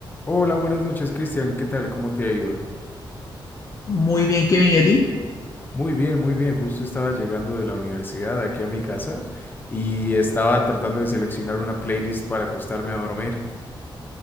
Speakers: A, on the left; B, on the left.
A: Hola, buenas noches, Cristian. ¿Qué tal? ¿Cómo te ha ido?
B: Muy bien, Kevin, ¿y a ti?
A: Muy bien, muy bien. Justo estaba llegando de la universidad aquí a mi casa y estaba tratando de seleccionar una playlist para acostarme a dormir.